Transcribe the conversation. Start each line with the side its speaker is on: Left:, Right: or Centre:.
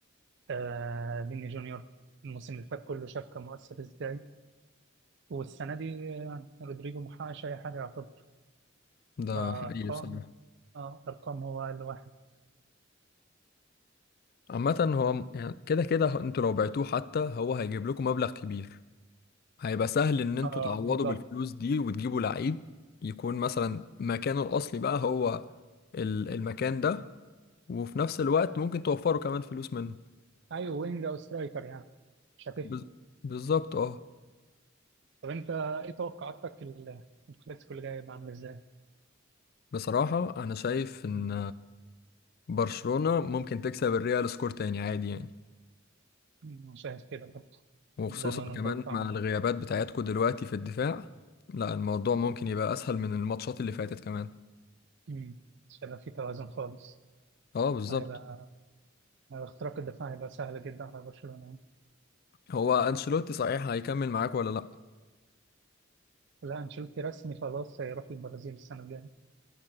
Right: آه فيني جونيور الموسم اللي فات كله شاف كان مؤثر ازاي والسنه دي آه، رودريجو محققش اي حاجه يعتبر
Left: ده
Right: فارقام
Left: حقيقي بصراحة
Right: اه ارقام هو الواحد
Left: عامة هو م- يعني كده كده أنتوا لو بعتوه حتى هو هيجيب لكم مبلغ كبير هيبقى سهل إن أنتوا
Right: اه
Left: تعوضوا
Right: بالظبط
Left: بالفلوس دي وتجيبوا لعيب يكون مثلا مكانه الأصلي بقى هو ال- المكان ده وفي نفس الوقت ممكن توفروا كمان فلوس منه
Right: ايوه وينج او سترايكر يعني مش هتفرق
Left: بز- بالظبط اه
Right: طب انت ايه توقعاتك ال- الكلاسيكو اللي جاي هيبقى عامل ازاي؟
Left: بصراحة أنا شايف إن
Right: مم.
Left: برشلونة ممكن تكسب الريال سكور تاني عادي يعني
Right: مم. شايف كده برضه
Left: وخصوصا
Right: ده اللي انا
Left: كمان
Right: متوقعه
Left: مع الغيابات بتاعتكو دلوقتي في الدفاع لا الموضوع ممكن يبقى أسهل من الماتشات اللي فاتت كمان
Right: مم. شايف في توازن خالص
Left: اه بالظبط
Right: هيبقى هيبقى اختراق الدفاع هيبقى سهل جدا على برشلونة
Left: هو أنشيلوتي صحيح هيكمل معاك ولا لأ
Right: لا انشيلوتي رسمي خلاص هيروح البرازيل السنة الجاية